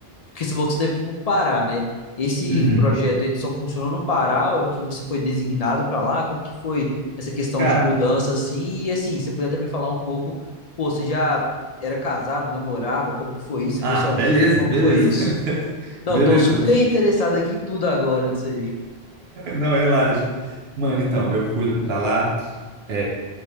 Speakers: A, on the left; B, on the right.
A: porque você falou que você deve ir pro Pará, né? Esse
B: Uhum.
A: projeto, ele só funcionou no Pará ou é que você foi designado para lá? Como que foi essa questão
B: Cara,
A: de mudança, assim? E, assim, você podia também falar um pouco, pô, você já era casado, namorava, como que foi isso? Você
B: ah,
A: foi sozinho?
B: beleza,
A: Como
B: beleza,
A: que foi isso?
B: <laughs>
A: Não,
B: beleza.
A: tô super interessado aqui em tudo agora disso aí.
B: Não, relaxa. Mano, então, eu fui pra lá. É,